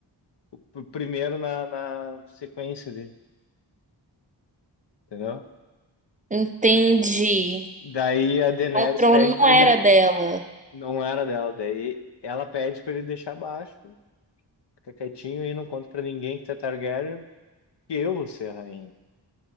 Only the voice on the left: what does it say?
o primeiro na, na sequência dele, entendeu?
Daí a Daenerys
pede pra
ele.
Não era dela, daí ela pede pra ele deixar baixo, fica quietinho e não conta pra ninguém que tu é Targaryen, que eu vou ser a rainha.